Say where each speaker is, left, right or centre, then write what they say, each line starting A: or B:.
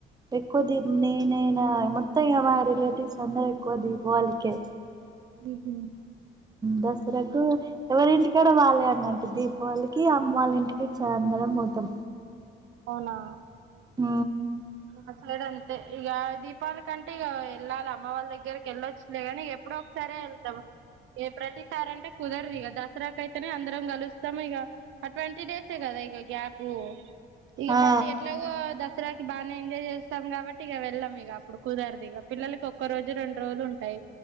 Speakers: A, on the right; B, on the right.
A: ఎక్కువ దీప్ నేనైనా మొత్తంగా మా రిలేటివ్స్ అందరుూ ఎక్కువ దీపవళికే
B: విగ
A: దసరాకు ఎవరింటికాడ వాలే అన్నట్టు దీపావళికి అమ్మళ్ళ ఇంటికి చందరం మూతం
B: అవునా
A: ఆ
B: ఆ సైడ్ అంతే ఇక దీపాల కంటే ఇక వెళ్ళాలి అమ్మ వాళ్ళ దగ్గరకి వెళ్ళొచ్చులే కాని ఎప్పుడో ఒకసారే వెళ్తాము ఏ ప్రతిసార అంటే కుదరదు ఇక దసరాక అయితేనే అందరం కలుస్తాము ఇక ట్వంటీ డేస్ కదా ఇక గ్యాప్ ఇక
A: ఆ
B: మళ్ళీ ఎట్లాగో దసరా బాగానే ఎంజాయ్ చేస్తాం కాబట్టి ఇక వెళ్ళాం ఇక అప్పుడు కుదరదు ఇక పిల్లలకి ఒక్క రోజు రెండు రోజులు ఉంటాయి